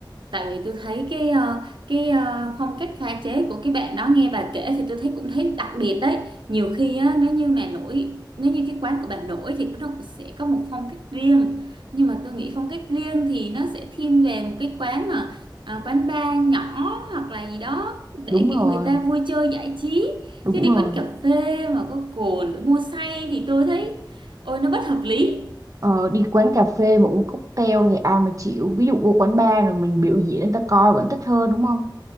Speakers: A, on the right (about 80°); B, on the right (about 45°).
A: tại vì tôi thấy cái ờ, cái ờ, phong cách pha chế của cái bạn đó nghe bà kể thì tôi thấy cũng thấy đặc biệt đấy nhiều khi á nếu như mà nổi nếu như cái quán của bà nổi thì nó cũng sẽ có một phong cách riêng nhưng mà tôi nghĩ phong cách riêng thì nó sẽ thiên về một cái quán mà à, quán bar nhỏ hoặc là gì đó để
B: đúng
A: kiểu
B: rồi
A: người ta vui chơi giải trí
B: đúng
A: chứ đi
B: rồi
A: quán cà phê mà có cồn để mua say thì tôi thấy ôi nó bất hợp lý
B: Ờ, đi quán cà phê mà uống cocktail thì ai mà chịu ví dụ vô quán bar rồi mình biểu diễn người ta coi vẫn thích hơn đúng không